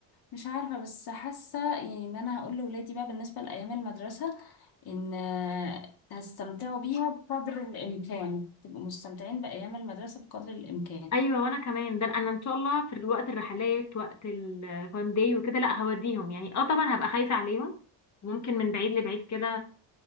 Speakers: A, on the left; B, on the left.
A: مش عارفة بس حاسة يعني ان انا هقول لولادي بقى بالنسبة لأيام المدرسة ان آه، هستمتعوا بيها بقدر الامكان تبقوا مستمتعين بأيام المدرسة بقدر الامكان
B: ايوه وانا كمان ده انا ان شاء الله في وقت الرحلات وقت الفان داي وكده لا هوديهم يعني اه طبعا هبقى خايفه عليهم وممكن من بعيد لبعيد كده